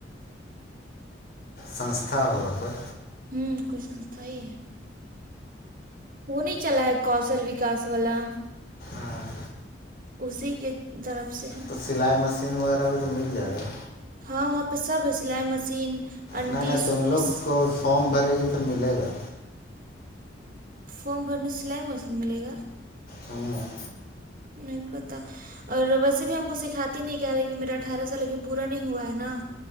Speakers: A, on the left (about 50°); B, on the right (about 45°).
A: سنسھا ہوگا کوئی
B: ہوں کوئی سستھا ہی ہے وہ نہیں چلا ہے کوشل وکاس والا
A: ہاں
B: اسی کے طرف سے ہے
A: تو سلائی مشین وغیرہ بھی تو مل جات گا
B: ہاں وہاں پہ سب ہے سلائی مشین انٹی
A: نہیں نہیں تم
B: سوئس
A: لوگ کو فارم بھرے گی تو ملے گا
B: فارم بھرنے سے سلائی مشین ملے گا
A: ہوں
B: نہیں پتا اور ویسے بھی ہم کو سکھاتی نہیں کیا لیکن میرا اٹھارہ سال ابھی پورا نہیں ہوا ہے نا